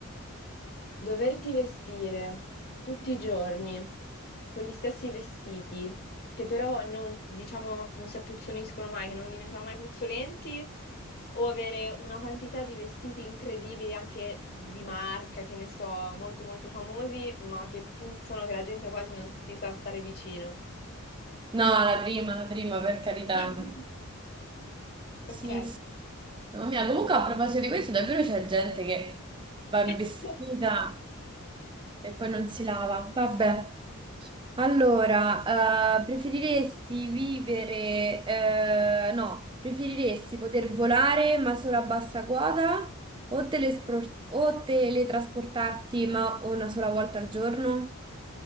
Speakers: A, on the left; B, on the right.
A: doverti vestire tutti i giorni con gli stessi vestiti, che però non, diciamo, non si appuzzoniscono mai, che non diventano mai puzzolenti, o avere una quantità di vestiti incredibili, anche di marca, che ne so, molto molto famosi, ma che puzzano, che la gente quasi non ti sa stare vicino.
B: No, la prima, la prima, per carità.
A: <laughs>
B: Sì,
A: Ok.
B: sì. Mamma mia, comunque a proposito di questo, davvero c'è gente che va in
A: <laughs>
B: vestita e poi non si lava. Vabbè. Allora, eh, preferiresti vivere... eh, no, preferiresti poter volare ma solo a bassa quota o, telespor- o teletrasportarti ma una sola volta al giorno?